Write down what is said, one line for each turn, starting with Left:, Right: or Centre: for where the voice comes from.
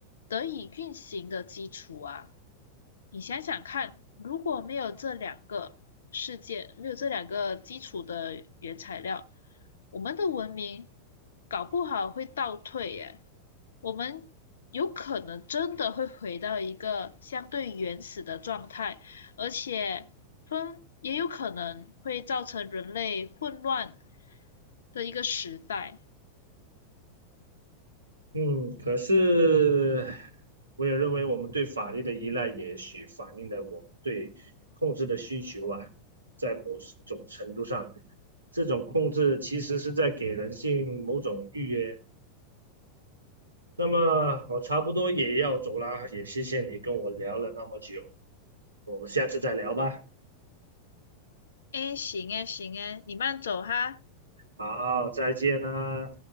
Left: 得以运行的基础啊。你想想看，如果没有这两个世界，没有这两个基础的原材料，我们的文明搞不好会倒退耶。我们有可能真的会回到一个相对原始的状态，而且分也有可能会造成人类混乱的一个时代。
Right: 嗯，可是我也认为我们对法律的依赖，也许反映了我们对控制的需求啊，在某种程度上，这种控制其实是在给人性某种预约。那么我差不多也要走啦，也谢谢你跟我聊了那么久，我们下次再聊吧。
Left: 哎，行哎行哎你慢走哈。
Right: 好，再见啦。